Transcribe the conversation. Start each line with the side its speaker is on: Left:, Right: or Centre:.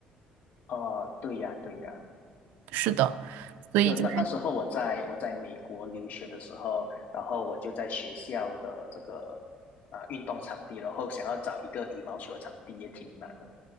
Left: 哦，对呀，对呀，
Right: 是的，所以就是
Left: 就那那时候我在我在美国留学的时候，然后我就在学校的这个啊运动场地，然后想要找一个羽毛球场地也挺难的。